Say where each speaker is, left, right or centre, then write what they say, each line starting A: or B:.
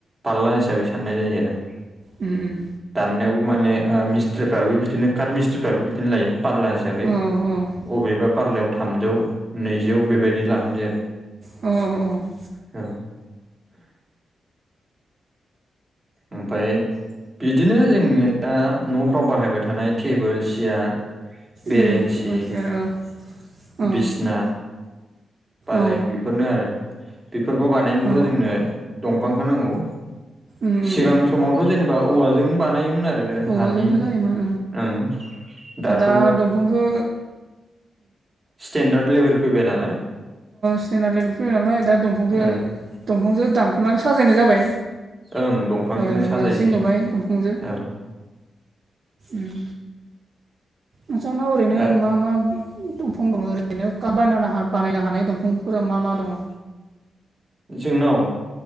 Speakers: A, on the right (about 20°); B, on the right (about 45°).
A: फारला हिसाबै साननाय जायो आरो।
B: ओम।
A: दाननायावबो मानेह मिस्ट्रिफ्राबो बिदिनो काट मिस्ट्रिफ्राबो बिदिनो लायो पारलासे हिसाबै
B: उम औ
A: बबेबा पार्लायाव थामजौ नैजौ बेबायदि लाहैयो आरो
B: अ अ।
A: औ ओमफफ्राय बिदिनो जोंनि दा न'फ्राव बाहायबाय थानाय टेबोल सियार बेरेंसि
B: उम टेबोल चेयार औ औ
A: बिसना, फालें
B: औ
A: बेफोरनो आरो बेफोरखौ बानायनोथ'
B: उम
A: जोंनो दंफांखौ नांगौ।
B: उम
A: सिगां समावथ' जेनेबा औवाजों बानायोमोन आरो
B: औवाजोंनो
A: हानि
B: जायोमोन
A: ओं दाथ'
B: दा दंफांखौ
A: स्टेन्डार्ड लेभेल फैबाय नालाय।
B: स्टेन्डार्ड लेभेल फैयो नालाय दा दंफांखौ
A: ओं
B: दंफांजो दानख'नानै साजायनाय जाबाय।
A: ओं दंफांजोंनो
B: ओ
A: साजायसै
B: मोजांसिन नुबाय दंफां जों
A: ओं
B: उम नोंस्रानाव ओरैनो
A: आ
B: मा मा दंफां दङ ओरैनो कार्ट बानाय बानायनो हानाय नङा फोर मा मा दङ
A: जोंनाव